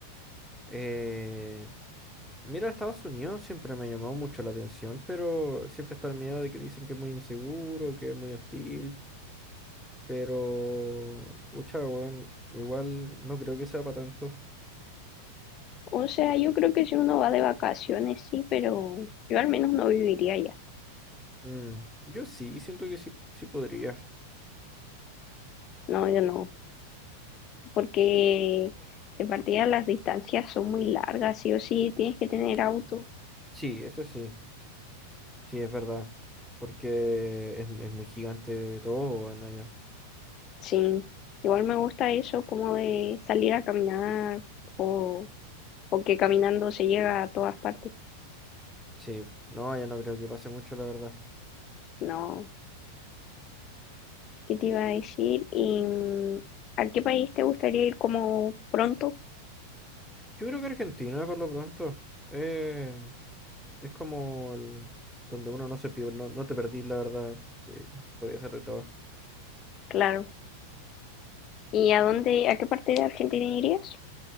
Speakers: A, in the centre; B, on the left (about 35°).
A: Eh, Mira, Estados Unidos siempre me ha llamado mucho la atención, pero siempre está el miedo de que dicen que es muy inseguro, que es muy hostil, pero pucha, weón, igual no creo que sea para tanto.
B: O sea, yo creo que si uno va de vacaciones, sí, pero yo al menos no viviría allá.
A: Mm, yo sí, siento que sí, sí podría.
B: No, yo no. Porque de partida las distancias son muy largas, sí o sí, tienes que tener auto.
A: Sí, eso sí, sí es verdad, porque es, es muy gigante todo, weón, allá.
B: Sí, igual me gusta eso como de salir a caminar o, o que caminando se llega a todas partes.
A: Sí, no, allá no creo que pase mucho, la verdad.
B: No, ¿qué te iba a decir? ¿Y mm, a qué país te gustaría ir como pronto?
A: Yo creo que Argentina, por lo pronto. Eh, Es como el- donde uno no se pierde, no, no te perdí, la verdad. Te, podía ser de todo.
B: Claro. ¿Y a dónde, a qué parte de Argentina irías?